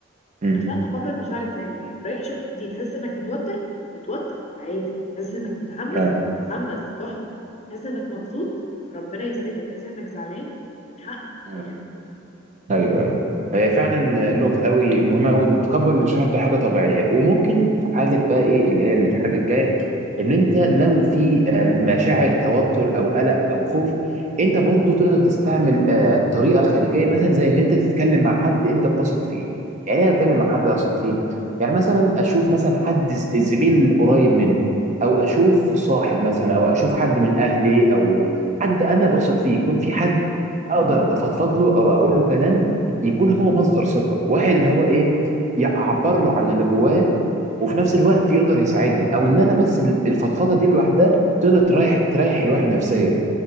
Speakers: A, on the right; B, on the left.
A: امم
B: اصلا تقبل مشاعرك زي ما هي رايح شغل جديد حاسس انك متوتر اتوتر عادي حاسس انك متحمس
A: اه
B: اتحمس تحفه حاسس انك مبسوط ربنا يسعدك حاسس انك زعلان من حقك
A: امم
B: فاهم
A: ايوه ايوه هي فعلا نقطة قوي مهمة قوي ان تقبل المشاعر دي حاجة طبيعية وممكن في حالة بقى ايه اللي هي الحاجة الجاية ان انت لو في آه، مشاعر توتر او قلق او خوف انت برضو تقدر تستعمل آه، طريقة خارجية مثلا زي ان انت تتكلم مع حد انت بتثق فيه يعني ايه اتكلم مع حد اثق فيه يعني مثلا اشوف مثلا حد ز- زميل قريب مني او اشوف صاحب مثلا او اشوف حد من اهلي او حد انا بثق فيه يكون في حد اقدر افضفض له او اقول له كلام يكون هو مصدر ثقه واحد اللي هو ايه يعبر له عن اللي جوايا وفي نفس الوقت يقدر يساعدني او ان انا بس ال- الفضفضه دي لوحدها تقدر تريح تريح الواحد نفسيا